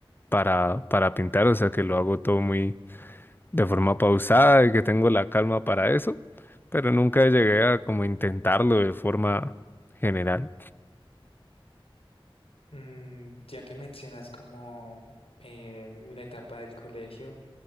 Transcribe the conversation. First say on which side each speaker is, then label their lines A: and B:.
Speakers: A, on the left (about 20°); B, on the left (about 85°).
A: para, para pintar, o sea que lo hago todo muy de forma pausada y que tengo la calma para eso, pero nunca llegué a como intentarlo de forma general.
B: Mm, ya que mencionas como eh, la etapa del colegio,